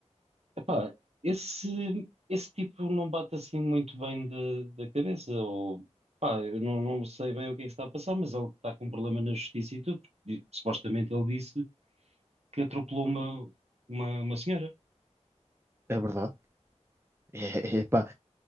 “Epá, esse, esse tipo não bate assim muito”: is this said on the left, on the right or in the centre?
Right